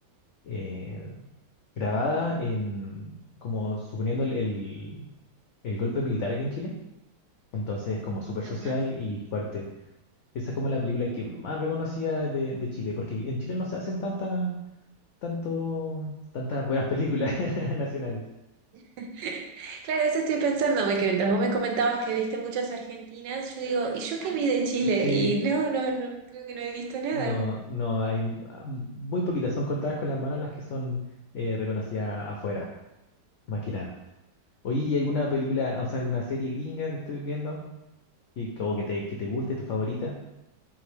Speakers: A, on the left; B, on the right.
A: eh, grabada en, como suponiendo el, el- el golpe militar aquí en Chile. Entonces, como súper social
B: Ajá.
A: y fuerte. Esa es como la película que más reconocida de, de Chile, porque en Chile no se hacen tantas, tanto, tantas buenas películas <laughs> nacionales.
B: <laughs> Claro, eso estoy pensando, que mientras vos me comentabas que viste muchas argentinas, yo digo, ¿y yo qué vi de Chile?
A: Sí,
B: Y no, no, no, creo que no he visto nada.
A: no, no, hay m- ah, muy poquitas, son contadas con las manos las que son eh, reconocidas afuera, más que nada. Oye, ¿y alguna película, o sea, alguna serie gringa que estoy viendo que, que, o que te, que te guste, tu favorita?